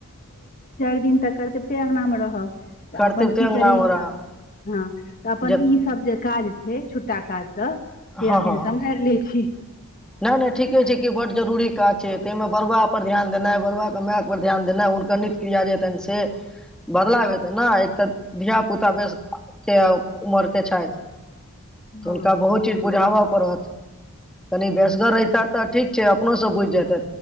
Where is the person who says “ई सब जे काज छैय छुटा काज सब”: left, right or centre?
Left